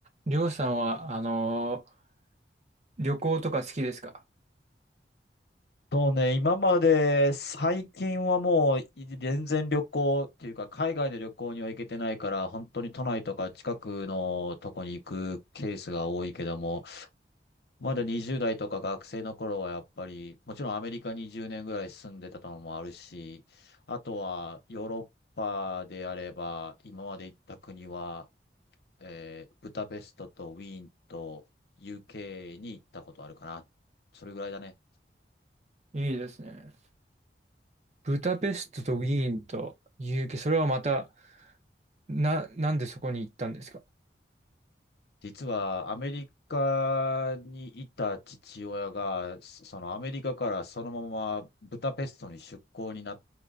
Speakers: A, on the right; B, on the left.
A: りょうさんは、あのー旅行とか好きですか
B: そうね、今まで最近はもうい全然旅行っていうか海外の旅行には行けてないから本当に都内とか近くのとこに行くケースが多いけどもまだ20代とか学生の頃はやっぱりもちろんアメリカに0年ぐらい住んでたのもあるしあとはヨーロッパであれば今まで行った国は、えーブダペストとウィーンと UK に行ったことあるかな。それぐらいだね。
A: いいですね。ブダペストとウィーンと UK、それはまた、な、なんでそこに行ったんですか
B: 実はアメリカにいた父親が、そそのアメリカからそのままブダペストに出向になっ